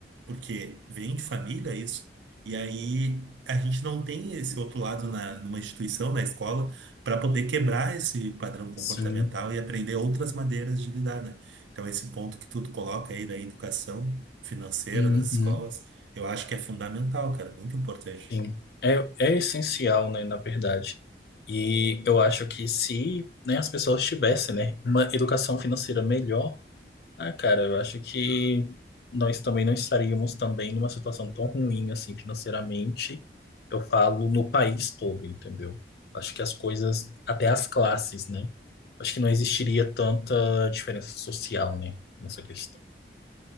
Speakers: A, on the right; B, on the left.
A: porque vem de família isso. E aí a gente não tem esse outro lado na, numa instituição, na escola, para poder quebrar esse padrão comportamental
B: Sim.
A: e aprender outras maneiras de lidar, né? Então esse ponto que tu coloca aí da educação financeira
B: Uhum.
A: das escolas, eu acho que é fundamental, cara, muito importante.
B: Sim. É, é essencial, né, na verdade. E eu acho que se, né, as pessoas tivessem, né, uma educação financeira melhor, Ah, cara, eu acho que nós também não estaríamos também numa situação tão ruim assim financeiramente. Eu falo no país todo, entendeu? Acho que as coisas, até as classes, né? Acho que não existiria tanta diferença social, né, nessa questão.